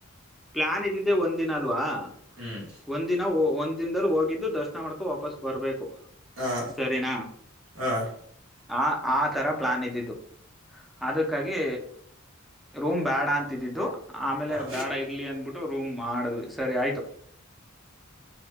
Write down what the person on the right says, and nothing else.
ಹ್ಮ್
ಹಾ
ಹಾ
ಹಾ